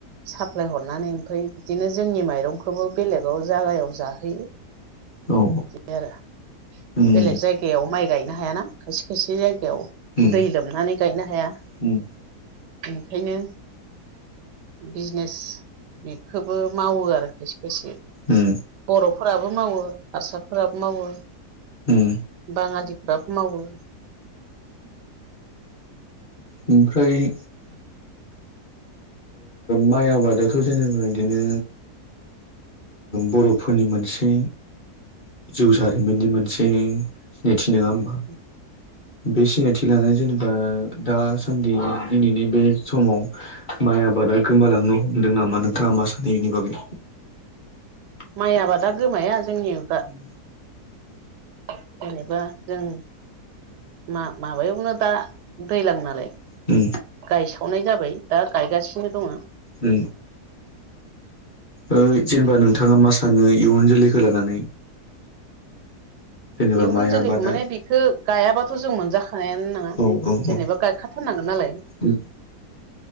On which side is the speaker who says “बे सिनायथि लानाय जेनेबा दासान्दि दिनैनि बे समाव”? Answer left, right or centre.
Left